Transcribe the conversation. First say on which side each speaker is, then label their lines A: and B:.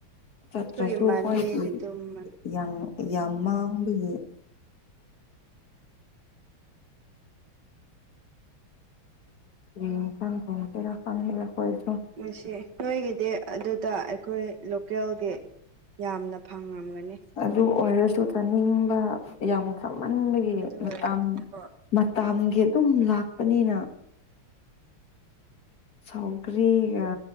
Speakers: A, on the left; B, on the right.
A: ꯆꯠꯇ꯭ꯔꯁꯨ
B: ꯑꯈꫭꯏ ꯏꯃꯥꯟꯅꯕꯤꯗꯤ
A: ꯑꯩꯈꯣꯏꯒꯤ
B: ꯊꯨꯝꯕꯅꯤ
A: ꯌꯥꯝ ꯌꯥꯝ <unintelligible> ꯀꯔꯤ ꯏꯟꯁꯥꯡ ꯊꫭꯡꯁꯤꯔꯥ ꯈꯪꯗ‌ꯦ ꯑꯈꫭꯏꯁꯨ
B: ꯉꯁꯤ ꯅꯣꯏꯒꯤꯗꯤ ꯑꯗꯨꯗ ꯑꯩꯈꯣꯏ ꯂꯣꯀꯦꯜꯒꯤ ꯌꯥꯝꯅ ꯐꯪꯉꯝꯒꯅꯤ
A: ꯑꯗꯨ ꯑꯣꯏꯔꯁꯨ ꯆꯥꯅꯤꯡꯕ ꯌꯥꯝ ꯆꯃꯟꯕꯒꯤ
B: ꯑꯗꯨ
A: ꯃꯇꯥꯝ
B: ꯑꯣꯏꯔꯝꯒꯅꯤ ꯍꯣꯏ
A: ꯃꯇꯝꯒꯤ ꯑꯗꯨꯝ ꯂꯥꯛꯄꯅꯤꯅ ꯁꯥꯎꯒ꯭ꯔꯤꯒ